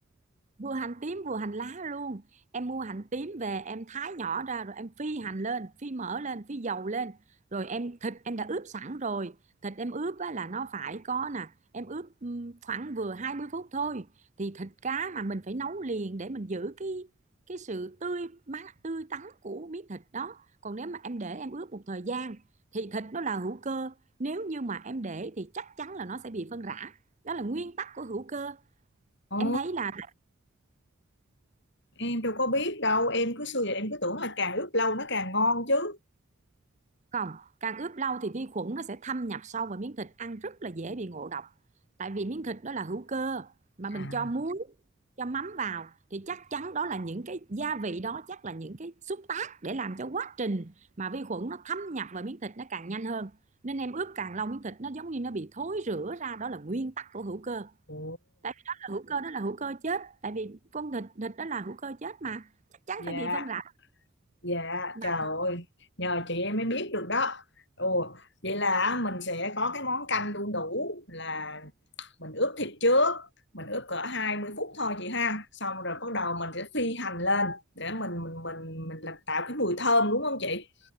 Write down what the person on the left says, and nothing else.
ồ
em đâu có biết đâu em cứ xưa giờ em cứ tưởng là càng ướp lâu nó càng ngon chứ
à
ồ
dạ
Dạ,
trời ơi, nhờ chị em mới biết được đó. Ồ, vậy là mình sẽ có cái món canh đu đủ là mình ướp thịt trước, mình ướp cỡ 20 phút thôi chị ha. Xong rồi bắt đầu mình sẽ phi hành lên để mình mình mình mình làm tạo cái mùi thơm đúng không chị?